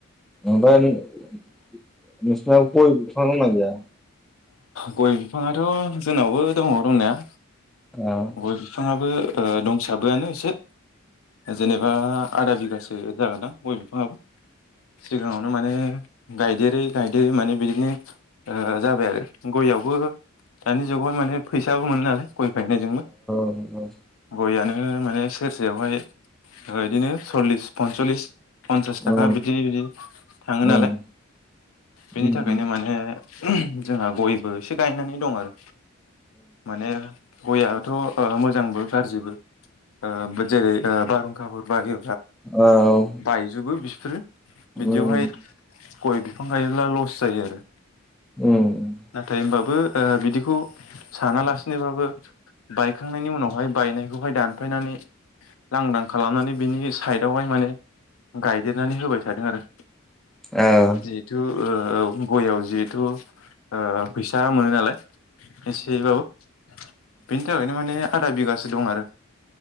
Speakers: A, in the centre; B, on the left.
A: ओमफ्राय नोंसिना गय बिफां दंना गैया?
B: गय बिफाङाथ' जोंनावबो दङ दंनाया
A: औ
B: गय बिफाङाबो दंसाबोआनो एसे जेनेबा आदा बिगासो जागोनदां गय बिफाङाबो सिगां नो माने गायदेरै गायदेरै माने बिदिनो जाबाय आरो गययावबो दानि जुगाव माने फैसाबो मोनो नालाय गय फान्नाय जोंबो
A: <inaudible>
B: गयानो माने सेरसेयावहाय बिदिनो सल्लिस पनस्लिस फन्सास
A: उम
B: थाखा बिदि बिदि थाङो
A: उम
B: नालाय बेनि
A: उम
B: थाखायनो माने जोंहा गयबो एसे गायनानै दं आरो माने गया थ' मोजांबो गाज्रिबो ओ जेरै ओ बारहुंखाफोर बायो
A: औ उम औ
B: बायजोबो स्रि <unintelligible> बिदिआवहाय
A: उम
B: गय बिफां गायोब्ला लस जायो आरो
A: उम
B: नाथाय होनबाबो बिदिखौ सानालासिनोबाबो बायखांनायनि उनावहाय बायनायखौहाय दानफायनानै लांदां खालामनानै बिनि साइडआवहाय माने गायदेरनानै होबाय थादों आरो
A: औ
B: जिहेथु ओ गययाव जिहेथु ओ फैसा मोनो नालाय एसेयैबाबो बेनि थाखायनो माने आदा बिगासो दं आरो